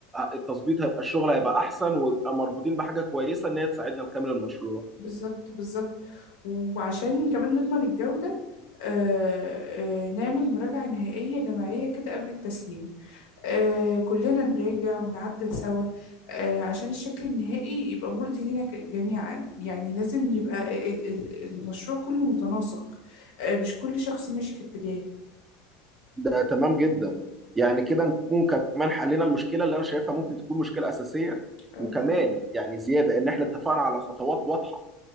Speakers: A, on the right; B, on the left.
A: التظبيط هيبقى الشغل هيبقى احسن ويبقى مربوطين بحاجة كويسة ان هي تساعدنا نكمل المشروع
B: بالظبط بالظبط وعشان كمان نضمن الجوده آه آه نعمل مراجعه نهائيه جماعيه كده قبل التسليم آه كلنا نراجع ونعدل سوا آه عشان الشكل النهائي يبقى مرضي لينا ك- جميعا يعني لازم يبقى ال- ال- المشروع كله متناسق آه مش كل شخص ماشي في اتجاه
A: ده تمام جدا يعني كده نكون كمان حلينا المشكله اللي انا شايفها ممكن تكون مشكله اساسيه
B: آه.
A: وكمان يعني زياده ان احنا اتفقنا على خطوات واضحه